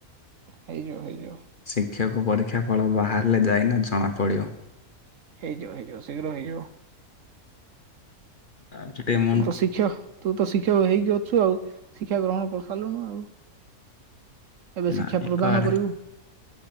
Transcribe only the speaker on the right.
ହେଇଯାଉ ହେଇଯିବ।
ହେଇଯବ ହେଇଯବ ଶୀଘ୍ର ହେଇଯିବ।
ତୁ ତ ଶିକ୍ଷ ତୁ ତ ଶିକ୍ଷକ ହେଇକି ଅଛୁ ଆଉ ଶିକ୍ଷା ଗ୍ରହଣ କରି ସାରିଲୁଣୁ ଆଉ। ଏବେ ଶିକ୍ଷା
ପ୍ରଦାନ
କରିବୁ